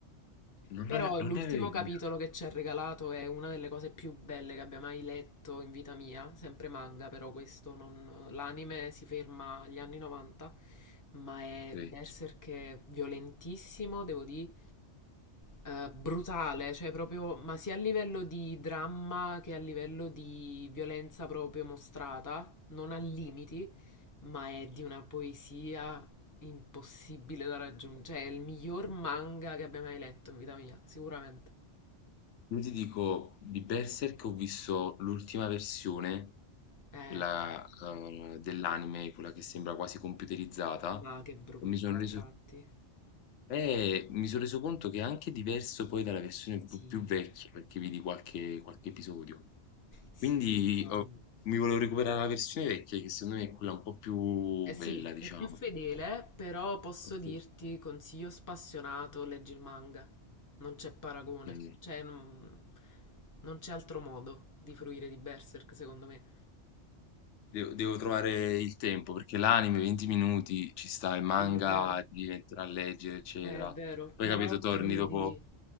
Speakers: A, on the left; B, on the left.
A: Non
B: Però
A: lo
B: l'ultimo
A: non ne avevo
B: capitolo
A: idea.
B: che ci ha regalato è una delle cose più belle che abbia mai letto in vita mia, sempre manga però questo, non... l'anime si ferma agli anni 90, ma è
A: Ok.
B: Berserk è violentissimo, devo dire, eh, brutale, cioè proprio, ma sia a livello di dramma che a livello di violenza proprio mostrata, non ha limiti ma è di una poesia impossibile da raggiungere. Cioè, è il miglior manga che abbia mai letto in vita mia, sicuramente.
A: Io ti dico, di Berserk ho visto l'ultima versione
B: Eh,
A: quella eh, dell'anime, quella che sembra quasi computerizzata,
B: ma che brutto
A: e mi sono
B: a
A: reso,
B: tratti.
A: eh, mi sono reso conto che è anche diverso poi dalla versione più,
B: Sì,
A: più vecchia, perché vidi qualche, qualche episodio.
B: sì,
A: Quindi
B: ma...
A: ho- mi volevo recuperare la versione vecchia, che secondo me è quella un po' più
B: Eh sì,
A: bella, diciamo.
B: è più fedele, però posso
A: Ok.
B: dirti, consiglio spassionato, leggi il manga. Non c'è paragone.
A: Perché
B: Cioè, non, non c'è altro modo di fruire di Berserk, secondo me.
A: Devo, devo trovare il tempo, perché l'anime 20 minuti ci sta, il manga
B: Sì, è vero.
A: ti devi mettere a leggere, eccetera.
B: È vero,
A: Poi
B: però
A: capito, torni
B: credimi,
A: dopo